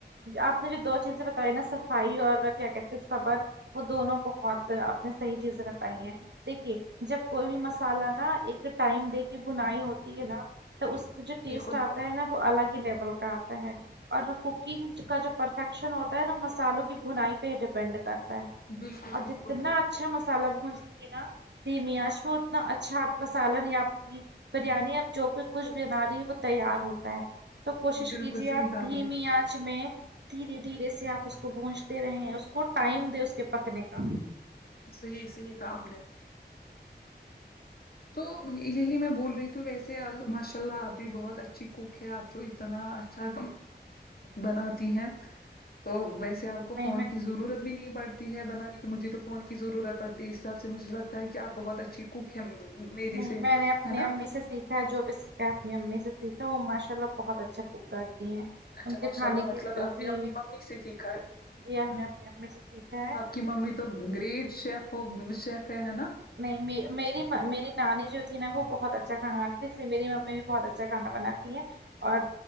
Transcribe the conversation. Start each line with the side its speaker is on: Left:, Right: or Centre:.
Right: آپ نے جو دو چیزیں بتائی نا صفائی اور کیا کہتے ہیں صبر وہ دونوں بہت اپ نے صحیح چیزیں بتائی ہیں دیکھیے جب کوئی بھی مسالہ نا ایک ٹائم دے کے بھونائی ہو تی ہے نا تو اس میں جو ٹیسٹ
Left: بالکل
Right: آتا ہے نا وہ الگ ہی لیول کا آتا ہے اور کوکنگ کا جو پرفیکشن ہوتا ہے نا مسالوں کی بھونائی پہ ہی ڈیپینڈ کرتا ہے
Left: بالکل
Right: اور
Left: بالکل
Right: جتنا اچھا مسالہ بھونجے نا دھیمی انچ میں اتنا اچھا آپ کا سالن یا آپ کی بریانی اب جو بھی کچھ بنا رہی ہے وہ تیار ہوتا ہے تو کوشش
Left: بالکل
Right: کیجیے
Left: صحیح
Right: آپ
Left: کہا
Right: دھیمی
Left: نے
Right: آنچ میں دھیرے دھیرے سے آپ اس کو پونچتے رہے ہیں اس کو ٹائم دے اس کے پکنے کا
Left: صحیح صحیح کہاں آپ نے تو یہی میں بول رہی تھی ویسے ماشاء اللہ آپ بھی بہت اچھی کوک ہے آپ جو اتنا اچھا بناتی ہیں تو ویسے آپ
Right: نہیں
Left: کو فون
Right: میں
Left: کی ضرورت نہیں پڑتی ہے بنانے کی مجھے تو فون کی ضرورت پڑتی ہے اس حساب سے مجھے لگتا ہے کہ آپ بہت اچھی کوک ہے میری
Right: نہیں
Left: سے
Right: میں نے اپنے
Left: ہے نا
Right: امی سیکھ ا جو بھی سیکھا ہے اپنی امی سے سیکھا وہ ماشاء اللہ بہت اچھا کوک کرتی ہیں
Left: اچھا
Right: ان کے
Left: ماشاء
Right: کھانے
Left: اللہ مطلب
Right: کی
Left: آپ
Right: جی
Left: نے اپنی ممی سے سیکھا ہے
Right: جی ہم نے اپنی امی سے سیکھا ہے
Left: کہ ممی تو گریٹ شیف ہو شیف ہے ہے نا
Right: نہیں میری میری نانی جو تھی نا وہ بہت اچھا کھانا <unintelligible> اس لیے میری ممی بہت اچھا کھانا بناتی ہیں اور